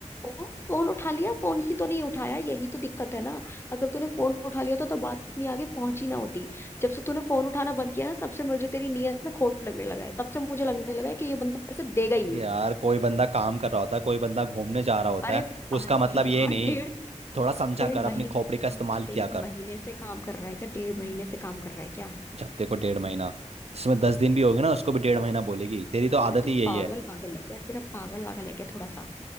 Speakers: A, on the left; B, on the right.
A: फोन फोन उठा लिया फोन ही तो नहीं उठाया यही तो दिक्कत है ना अगर तूने फोन उठा लिया तो, तो बात इतनी आगे पहुंची ना होती जब से तूने फोन उठाना बंद किया ना तब से मुझे तेरी नीयत में खोट लगने लगा है तब से मुझे लगने लगा है कि ये बंदा पैसे देगा ही
B: भाई
A: नहीं
B: यार कोई बंदा काम कर रहा होता है कोई बंदा घूमने जा रहा होता
A: अरे
B: है
A: भाई
B: उसका मतलब ये
A: यार
B: नहीं
A: डेढ़
B: थोड़ा समझा
A: डेढ़
B: कर
A: महीने
B: अपनी खोपड़ी
A: से काम
B: का इस्तेमाल
A: डेढ़
B: किया कर
A: महीने से काम कर रहा है क्या डेढ़ महीने से काम कर रहा है क्या
B: जब तेरे को डेढ़ महीना जिसमें दस दिन भी होंगे ना उसको भी डेढ़ महीना बोलेगी तेरी तो आदत
A: ये तू
B: ही यही
A: पागल
B: है
A: पागल है क्या तेरा पागल वागल है क्या थोड़ा सा